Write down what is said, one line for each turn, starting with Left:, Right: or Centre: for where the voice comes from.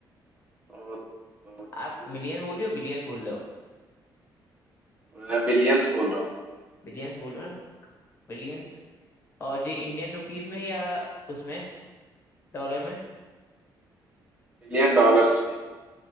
Right: और
Left: आप
Right: टू
Left: मिलियन
Right: फिफ्टी
Left: बोल रहे
Right: बिलियन
Left: हो बिलियन बोल रहे हो
Right: मैं बिलियंस बोल रहा हूँ
Left: बिलियंस बोल रहे हो ना बिलियंस और ये इंडियन रुपीस में या उसमें डॉलर में
Right: बिलियन डॉलर्स पे